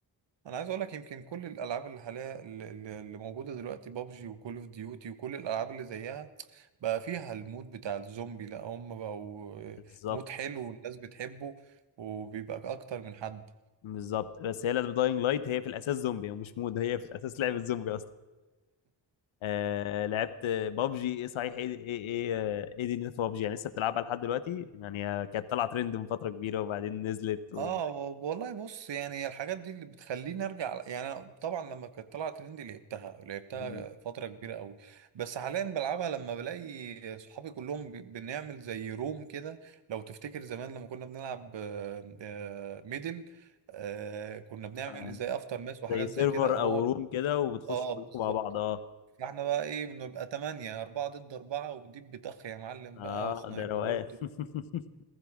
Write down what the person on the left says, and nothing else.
بالظبط
بالظبط بس هي لعبة داينج لايت هي في الاساس زومبي ومش مود هي في الاساس لعبة زومبي آه لعبت بابجي ايه صحيح ايه ايه ايه آه، ايه دي في بابجي يعني لسه بتلعبها لحد دلوقتي يعني آه، كانت طالعه ترند من فتره كبيره وبعدين نزلت و...
مم.
آه
زي
سيرفر
او روم كده وبتخش
كلكم مع بعض اه
اه
ده روقان <laughs>